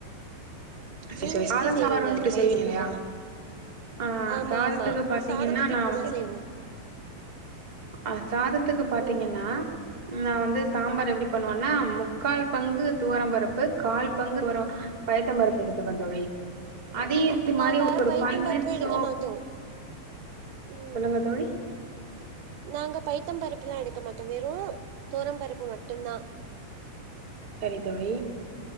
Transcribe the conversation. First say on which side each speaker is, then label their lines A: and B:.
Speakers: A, on the right; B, on the right.
A: சரி
B: நீங்க
A: சரி
B: எப்புடி
A: சாதம்
B: செய்வீங்க
A: சாம்பார் வந்து இப்படி
B: ரைஸ்கனா
A: செய்வீங்க இல்லையா ஆ
B: ஆமா
A: சாதத்துக்கு
B: ஆமா
A: பாத்தீங்கன்னா
B: சாதத்துக்கு
A: நா
B: இப்பிடிதா
A: வந்து
B: செய்வோ
A: அ சாதத்துக்கு பாத்தீங்கன்னா
B: ம்
A: நா வந்து சாம்பார் எப்புடி பண்ணுவன்னா முக்கால் பங்கு துவரம் பருப் பு கால் பங்கு துவரோ பயத்தம் பருப் எடுத்துப்ப தோழி அதியு இது
B: நாங்க
A: மாரி ஒரு
B: பைத்தம்
A: ஃபை மினிட்ஸோ
B: பருப்பே எடுக்க மாட்டோ ம்
A: சொல்லுங்க தோழி
B: நாங்க பைத்தம் பருப்புலா எடுக்க மாட்டோ வெறு தோரம் பருப்பு மட்டுந்தா
A: சரி தோழி